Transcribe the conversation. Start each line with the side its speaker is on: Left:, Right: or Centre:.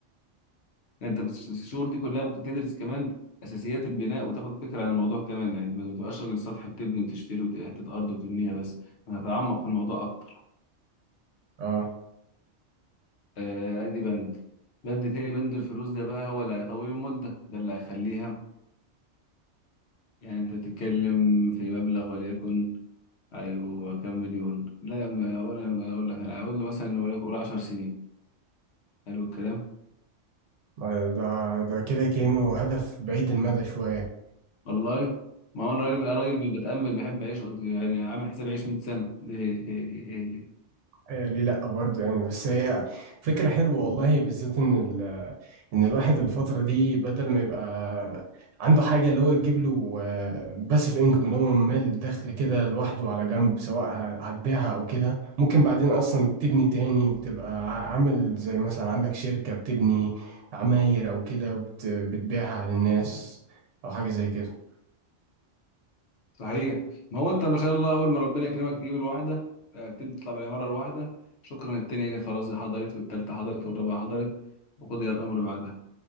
Left: يعني انت بس الشهور دي كلها ممكن تدرس كمان اساسيات البناء وتاخد فكره عن الموضوع كمان يعني انت ما تبقاش راجل سطح بتبني وتشتري وحته ارض وتبنيها بس انا هتعمق في الموضوع اكتر
Right: اه
Left: آه، ادي بند بند تاني بند الفلوس ده بقى هو اللي هيطول المده ده اللي هيخليها يعني انت بتتكلم في مبلغ وليكن ايوه كام مليون لا ما- ولا اقول لك انا هقول له مثلا وليكن قول 10 سنين حلو الكلام
Right: آه، ده ده كده كأنه هدف بعيد المدى شوية
Left: والله ما هو الراجل
Right: آه.
Left: الراجل اللي بتأمل بيحب يعيش قد- يعني عامل حساب يعيش 100 سنة <laughs>
Right: آه، ليه لا برضه يعني بس هي فكرة حلوة والله بالذات ان ال ان الواحد الفترة دي بدل ما يبقى عنده حاجة اللي هو تجيب له باسيف انكم اللي هو مال دخل كده لوحده على جنب سواء ه- هتبيعها او كده ممكن بعدين اصلا تبني تاني وتبقى ع- عامل زي مثلا عندك شركة بتبني عماير او كده وبتبيعها للناس او حاجة زي كده
Left: صحيح ما هو انت ما شاء الله اول ما ربنا يكرمك تجيب الواحده آه، تبدا تطلع بالعماره الواحده شكرا التانيه جايه خلاص حضرت والتالته حضرت والرابعه حضرت وقضي الامر بعدها